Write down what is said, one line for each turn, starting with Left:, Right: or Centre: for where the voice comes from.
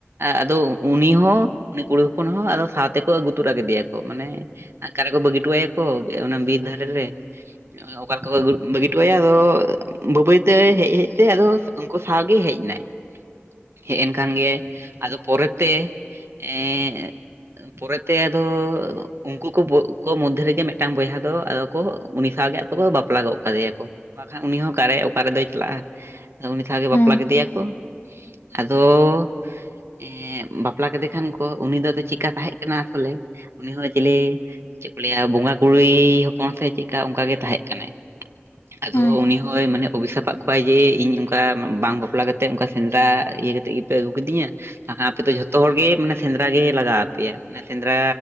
Right: ᱟᱫᱚ ᱩᱱᱤ ᱦᱚᱸ ᱩᱱᱤ ᱠᱩᱲᱤ ᱦᱚᱯᱚᱱ ᱦᱚᱸ ᱟᱫᱚ ᱥᱟᱶᱛᱮᱠᱚ ᱟᱹᱜᱩ ᱛᱚᱨᱟ ᱠᱮᱫᱮᱭᱟ ᱠᱚ ᱢᱟᱱᱮᱼᱼ ᱚᱠᱟᱨᱮ ᱠᱚ ᱵᱟᱹᱜᱤᱴᱚᱣᱟᱭᱟᱠᱚ ᱚᱱᱟ ᱵᱤᱨ ᱫᱷᱟᱨᱮ ᱨᱮ ᱚᱠᱟᱞᱮ ᱞᱮᱠᱟ ᱵᱟᱹᱜᱤ᱾ ᱴᱚ ᱟᱫᱚ ᱵᱟᱹᱭ ᱵᱟᱹᱭ ᱛᱮ ᱦᱮᱡᱦᱮᱡ ᱛᱮ ᱟᱫᱚ ᱩᱱᱠᱩ ᱥᱟᱶᱜᱮ ᱦᱮᱡ ᱮᱱᱟᱭ᱾ ᱦᱮᱡ ᱮᱱ ᱠᱟᱱ ᱜᱮᱭᱟᱭ ᱟᱫᱚ ᱯᱚᱨᱮᱛᱮ ᱮᱸᱼᱼ ᱯᱚᱨᱮᱛᱮ ᱟᱫᱚᱼᱼ ᱩᱱᱠᱩ ᱠᱚ ᱢᱚᱫᱽᱫᱷᱮ ᱨᱮᱜᱮ ᱢᱤᱫᱴᱟᱝ ᱵᱚᱭᱦᱟ ᱫᱚ ᱟᱫᱚ ᱠᱚ ᱩᱱᱤ ᱥᱟᱶᱜᱮ ᱟᱫᱚ ᱠᱚ ᱵᱟᱯᱞᱟ ᱜᱚᱫ ᱠᱟᱫᱮᱭᱟ᱾ ᱵᱟᱠᱷᱟᱱ ᱩᱱᱤ ᱦᱚᱸ ᱚᱠᱟᱨᱮ ᱚᱠᱟᱨᱮ ᱫᱚᱭ ᱪᱟᱞᱟᱜᱼᱟ ᱩᱱᱤ ᱥᱟᱶ ᱜᱮ
Left: ᱦᱮᱸ ᱦᱮᱸ
Right: ᱵᱟᱯᱞᱟ
Left: ᱦᱮᱸ
Right: ᱠᱮᱫᱮᱭᱟ ᱠᱚ ᱟᱫᱚᱻ ᱮᱸᱜ ᱵᱟᱯᱞᱟ ᱠᱮᱫᱮ ᱠᱷᱟᱱ ᱠᱚ ᱩᱱᱤ ᱫᱚ ᱟᱫᱚ ᱪᱮᱠᱟ ᱛᱟᱦᱮᱸᱜ ᱠᱟᱱᱟ ᱟᱥᱚᱞᱮ ᱩᱱᱤ ᱦᱚᱸ ᱪᱮᱞᱮ ᱪᱮᱫ ᱠᱚ ᱞᱟᱹᱭᱟ ᱵᱚᱸᱜᱟ ᱠᱩᱲᱤ ᱦᱚᱯᱚᱱ ᱥᱮ ᱪᱮᱫᱞᱮᱠᱟ ᱚᱱᱠᱟᱜᱮ ᱛᱟᱦᱮᱸᱜ ᱠᱟᱱᱟᱭ ᱟᱫᱚ
Left: ᱦᱮᱸ
Right: ᱩᱱᱤ ᱦᱚᱸᱭ ᱢᱟᱱᱮ ᱚᱵᱷᱤᱥᱟᱯᱟᱫ ᱠᱚᱣᱟᱭ ᱡᱮ ᱤᱧ ᱚᱱᱠᱟ ᱵᱟᱝ ᱵᱟᱯᱞᱟ ᱠᱟᱛᱮᱜ ᱚᱱᱠᱟ ᱥᱮᱸᱫᱽᱨᱟ ᱤᱭᱟᱹ ᱠᱟᱛᱮᱫ ᱜᱮ ᱯᱮ ᱟᱹᱜᱩ ᱠᱤᱫᱤᱧᱟ ᱠᱷᱟᱱ ᱟᱯᱮ ᱫᱚ ᱡᱷᱚᱛᱚ ᱦᱚᱲ ᱜᱮ ᱢᱟᱱᱮ ᱥᱮᱸᱫᱽᱨᱟ ᱜᱮ ᱞᱟᱜᱟᱣ ᱟᱯᱮᱭᱟ ᱥᱮᱸᱫᱽᱨᱟ